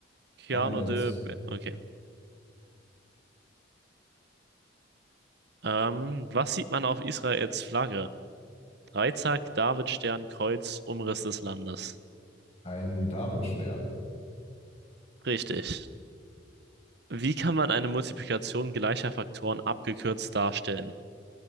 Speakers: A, on the right; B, on the left.
A: Cyrano
B: Hamlet,
A: de... Be- Okay. Ähm, was sieht man auf Israels Flagge? Dreizack, Davidstern, Kreuz, Umriss des Landes.
B: ein Davidstern
A: Richtig. Wie kann man eine Multiplikation gleicher Faktoren abgekürzt darstellen?